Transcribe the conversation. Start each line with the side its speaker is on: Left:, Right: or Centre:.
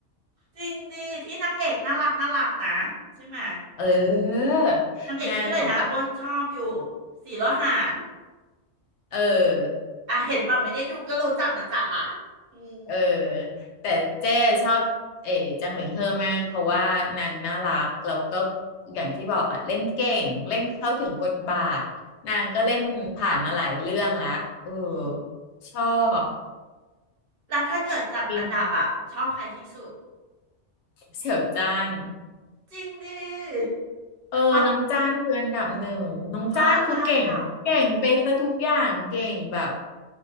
Right: จริงดิที่นางเอกน่ารักน่ารักนะใช่ไหม
Left: เออ
Right: นางเอกชื่ออะไรนะอ้วนชอบอยู่
Left: นางแบบว่า
Right: สีโลหาน
Left: เออ
Right: อ่ะเห็นป่ะไม่ได้ดูก็รู้จักนะจ๊ะอืม
Left: เออแต่เจ้ชอบเอ๋จังหลิงเฮอมากเพราะว่านางน่ารักแล้วก็อย่างที่บอกอะเล่นเก่งเล่นเข้าถึงบทบาทนางก็เล่นผ่านมาหลายเรื่องและเออ
Right: อื
Left: ชอบ
Right: มแล้วถ้าเกิดจัดอันดับอะชอบใครที่สุด
Left: อินเสี่ยวจ้าน
Right: จริงดิเพราะ
Left: เออน้องจ้านคืออันดับหนึ่งน้องจ้านคือเก่งเก่งไปซะทุกอย่างเก่งแบบ
Right: เพราะอะไรอ่ะ